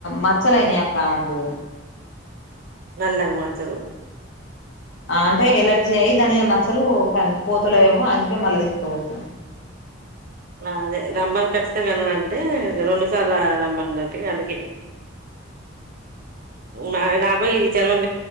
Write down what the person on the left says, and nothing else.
మచ్చలయినయి అక్క ఆమెకు
అంటే ఎలర్జీ అయ్యి దాని మచ్చలు పోతలవేమో అందుకే మళ్ళా తీసుకోవచ్చ